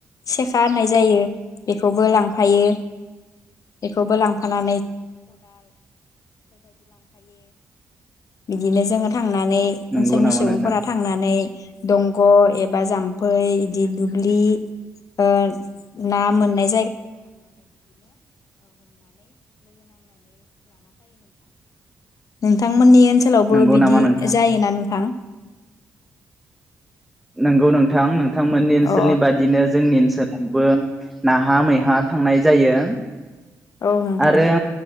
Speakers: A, on the left; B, in the centre.
A: सेखा होननाय जायो बेखौबो लांफायो बेखौबो लांफाना बिदिनो जोङो थां थांनानै
B: नंगौ
A: ओनसोलनि
B: नामा
A: सुबुंफोरा
B: नोंथां
A: थांनानै दंग' एबा जाम्फै बिदि दुब्लि ओ ना मोननाय नोंथांमोननि ओनसोलावबो
B: नंगौ
A: बिदि
B: नामा नोंथां
A: जायोना नोंथां?
B: नोंगौ नोंथां नों नोंथांमोननि ओनसोलनि
A: अ
B: बादिनो जोंनि ओनसोलावबो नाहा मैहा थांनाय जायो।
A: औ नोंथां‌‌।
B: आरो